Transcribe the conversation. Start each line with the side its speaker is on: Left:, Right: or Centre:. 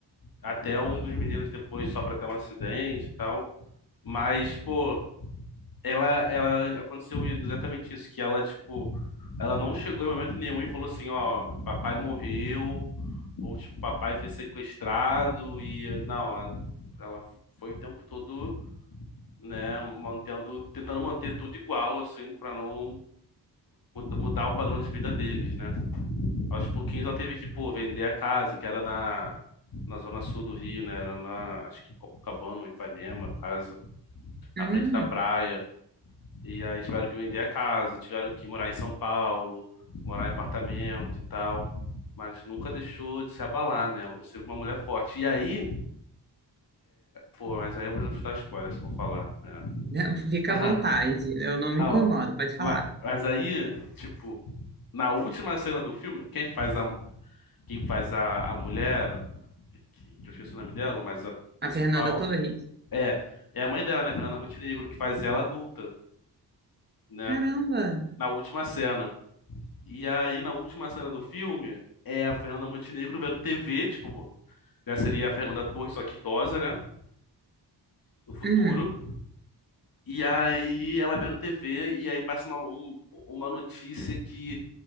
Left: até um dos meninos depois sofre até um acidente e tal. Mas, pô, ela, ela aconteceu exatamente isso, que ela, tipo, ela não chegou em momento nenhum e falou assim, ó, papai morreu, ou tipo, papai foi sequestrado, e não, ela, ela foi o tempo todo, né, mantendo, tentando manter tudo igual, assim, pra não mudar o padrão de vida deles, né? Aos pouquinhos ela teve que, pô, vender a casa, que era na, na zona sul do Rio, né? Era na, acho que em Copacabana ou Ipanema, a casa,
Right: Hum,
Left: na frente da praia. E aí tiveram que vender a casa, tiveram que morar em São Paulo, morar em apartamento e tal. Mas nunca deixou de se abalar, né? Ela foi sempre uma mulher forte. E aí, pô, mas aí eu vou te dar spoiler se eu vou falar, né?
Right: né? fica
Left: <laughs>
Right: à
Left: Ah,
Right: vontade, eu não me
Left: ah,
Right: incomodo,
Left: ó.
Right: pode falar.
Left: Ma- Mas aí, tipo, na última cena do filme, quem faz a, quem faz a, a mulher, que, que eu esqueci o nome dela, mas a principal,
Right: A Fernanda Torres.
Left: é, é a mãe dela, né, Fernanda Montenegro, que faz ela adulta, né,
Right: Caramba!
Left: na última cena. E aí, na última cena do filme, é a Fernanda Montenegro vendo TV, tipo, já seria a Fernanda Torres, só que idosa, né, no futuro.
Right: Hum,
Left: E aí, ela vendo TV, e aí passa uma, um- uma notícia que,